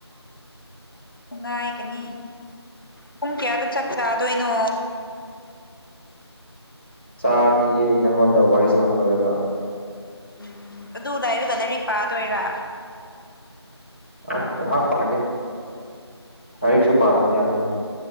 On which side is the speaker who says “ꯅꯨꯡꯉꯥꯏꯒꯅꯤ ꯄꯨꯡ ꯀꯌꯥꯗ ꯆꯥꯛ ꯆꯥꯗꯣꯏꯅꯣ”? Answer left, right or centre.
Left